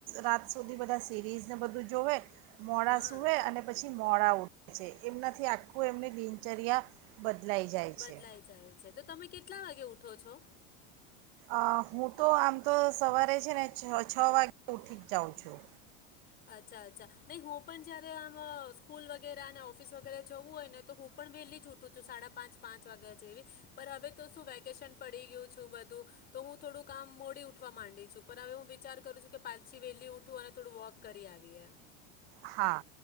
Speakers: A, on the right (about 60°); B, on the left (about 30°).
A: રાત સુધી બધા સિરીઝને બધું જોવે મોડા
B: હા
A: સુવે અને પછી મોડા ઉઠે છે એમનાથી આખું એમની દિનચર્યા બદલાઈ જાય
B: બદલાઈ
A: છે.
B: જાય છે તો તમે કેટલા વાગે ઉઠો છો?
A: અ હું તો આમ તો સવારે છે ને છ છ વાગે ઉઠી જ જાઉં છું.
B: અચ્છા અચ્છા નહીં હું પણ જયારે આમ સ્કૂલ વગેરે અને ઓફિસ વગેરે જવું હોય ને તો હું પણ વહેલી જ ઉઠું છું સાડા પાંચ પાંચ વાગ્યા જેવી પણ હવે તો શું વેકેશન પડી ગયું છું બધું તો હું થોડુંક આામ મોડી ઉઠવા માંડી છું પણ હવે હું વિચાર કરું છું કે પાછી વહેલી ઊઠું અને થોડું વોક કરી આવ્યે.
A: હા.